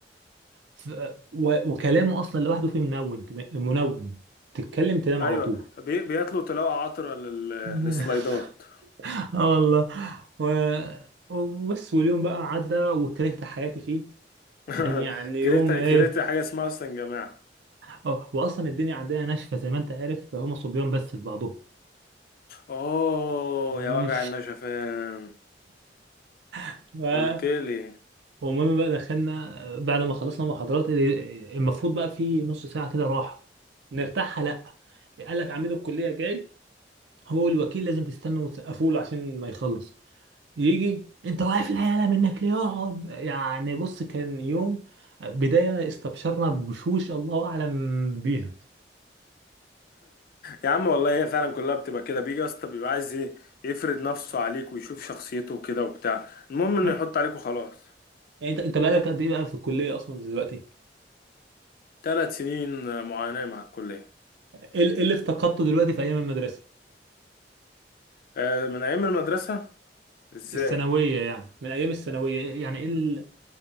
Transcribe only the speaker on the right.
ف... و... وكلامه اصلا لوحده فيه منون منون تتكلم تنام
على طول
<laughs>
اه والله و... وبس واليوم بقى عدى وكرهت حياتي فيه
كان يعني يوم
ايه
اه واصلا الدنيا عندنا ناشفه زي ما انت عارف هم صبيان بس في بعضهم
مم.
<laughs> و-
والمهم بقى دخلنا بعد ما خلصنا محاضرات ال- المفروض بقى في نص ساعه كده راحه نرتاحها لا قال لك عميد الكليه جاي هو الوكيل لازم تستنوا وتسقفوا له عشان ما يخلص يجي انت واقف العيال منك ليه يقعد يعني بص كان يوم بداية استبشرنا بوشوش الله اعلم بيها
ها؟
يعني انت انت بقالك قد ايه بقى في الكلية اصلا دلوقتي
ايه ال- إيه اللي افتقدته دلوقتي في ايام المدرسة
الثانوية يعني من ايام الثانويه يعني ايه ال-